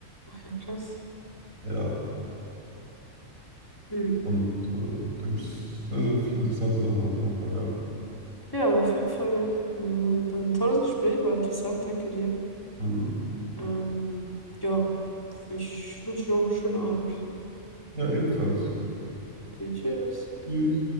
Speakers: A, on the left; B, on the right.
A: Ach ja, krass.
B: Ja,
A: Hm.
B: und äh, da gibt es sehr, sehr viele interessante Sachen auf jeden Fall, ja.
A: Ja, aber auf jeden Fall äh, war ein tolles Gespräch, war interessant, danke dir.
B: Mhm.
A: Ähm, ja, ich wünsche dir noch einen schönen Abend.
B: Ja, ebenfalls.
A: Okay, tschüss.
B: Tschüss.